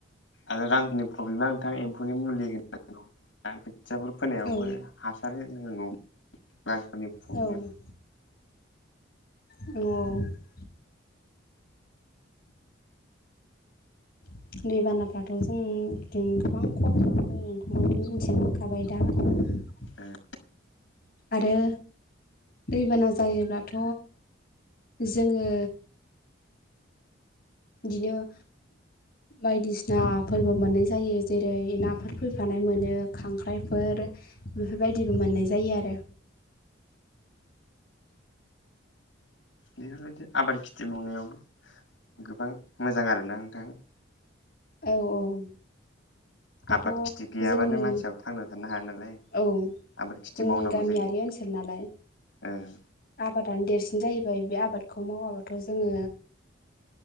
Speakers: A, on the left (about 75°); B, on the left (about 50°).
A: आरो रांनि प्रब्लेमा नोंथां एम्फौनि मुलि होनांगौ ना खोथियाफोर फोनायावबो
B: औ
A: हासार होनांगौ रांफोरनि प्रब्लेम
B: औ औ दैबानाफ्राथ' जों बिदिनो गोबां खहा खालाम फैयो नोंथाङाथ' मिथिनो मोनखाबाय दा
A: ओम
B: आरो दैबाना जायोब्लाथ' जोङो बिदिनो बायदिसिना फोरबो मोननाय जायो जेरै नाफोर फैफानाय मोनो खांख्राइफोर बेफोरबायदिबो मोननाय जायो आरो
A: बेफोरबायदि आबाद खिथि मावनायावबो गोबां मोजां आरोना नोंथां
B: औ औ दाथ'
A: आबाद खेथि गैयाबानो
B: जोंनि
A: मानसियाबो थांना थानो हाया नालाय
B: औ
A: आबाद खिथि
B: जोंनि
A: मावनांगौ
B: गामियारि
A: जायो
B: ओनसोल नालाय
A: ओं
B: आबादानो देरसिन जाहैबाय बे आबादखौ मावाबाथ' जोङो